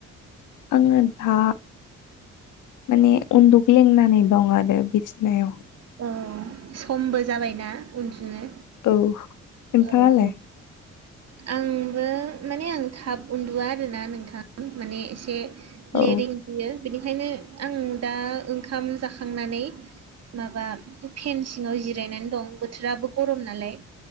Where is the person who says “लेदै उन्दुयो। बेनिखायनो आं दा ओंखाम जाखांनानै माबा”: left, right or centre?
Right